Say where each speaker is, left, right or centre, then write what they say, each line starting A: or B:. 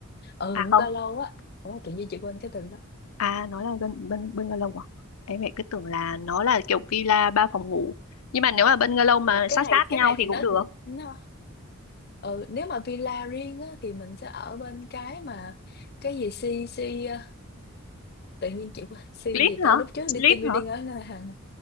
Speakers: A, on the left (about 45°); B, on the left (about 85°).
A: ừ
B: À
A: bungalow
B: không,
A: á Ủa, tự nhiên chị quên cái từ đó
B: à nó là gần bun- bungalow à? Em lại cứ tưởng là nó là kiểu villa ba phòng ngủ. Nhưng mà nếu mà bungalow mà
A: ừ, cái
B: sát
A: này
B: sát
A: cái
B: nhau
A: này thì
B: thì cũng
A: nó
B: được.
A: nó ừ, nếu mà villa riêng á thì mình sẽ ở bên cái mà cái gì si si ờ, tự nhiên chị quên si
B: Split
A: gì ta
B: hả?
A: lúc trước
B: Split
A: đi team building
B: hả?
A: ở ngân hàng